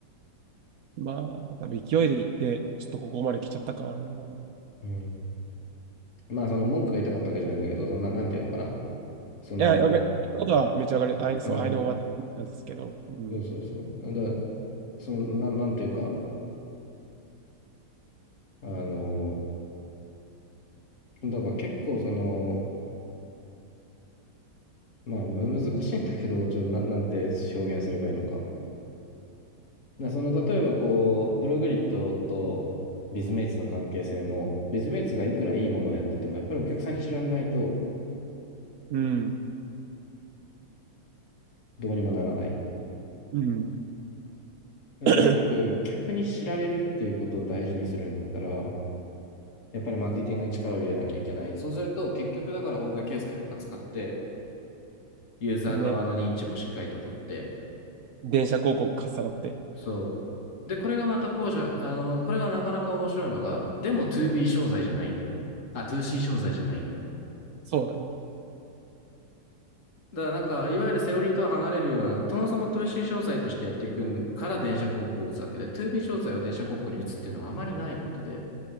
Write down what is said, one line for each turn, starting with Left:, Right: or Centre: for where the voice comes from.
Right: まあ、多分勢いで行って、ちょっとここまで来ちゃった感あるんやろうな。
Left: うん。まあその文句が言いたかったわけじゃないんだけど、そんな、なんていうのかな。その、
Right: や、やめ、ことはめちゃ上がり、あいそう
Left: うん、
Right: I know what なんですけど。うん。
Left: そうそうそう。だからその、な、なんていうか、あの、だから結構その、まあむ難しいんだけど、ちょっとな、なんて表現すればいいのか。でその例えばこう、プログリッドとビズメイツの関係性も、ビズメイツがいくらいいものをやってても、やっぱりお客さんに知られないと
Right: うん。
Left: どうにもならない。
Right: うん
Left: でとにかく客に知られるっていうことを大事にするんだったら、
Right: <clears throat>
Left: やっぱりマーケティングに力を入れなきゃいけない。そうすると結局だから本田圭佑とか使って、ユーザー側の認知もしっかりと取って、
Right: ね。電車広告かっさらって。
Left: そう。で、これがまたこうじゃ、あの、これがなかなか面白いのが、でも 2B 商材じゃないんだよね。あ、2C 商材じゃないんだよね。
Right: そうだね。
Left: だからなんか、いわゆるセオリーとは離れるような、そもそも 2C 商材としてやっていくから電車広告を打つわけで、2B 商材を電車広告に打つっていうのはあまりないことで。